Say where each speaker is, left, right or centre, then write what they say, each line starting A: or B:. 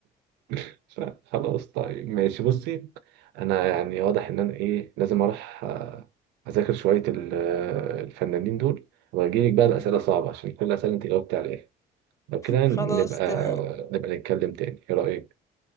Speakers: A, on the right; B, on the left.
A: <laughs> خلاص طيب ماشي بصي انا يعني واضح ان انا ايه لازم اروح آه، اذاكر شويه ال- آه، الفنانين دول واجيلك بقى
B: مهم.
A: باسئله صعبه عشان كل الاسئله انت جاوبتي عليها لو كده
B: خلاص
A: نبقى
B: تمام
A: نبقى نتكلم تاني ايه رايك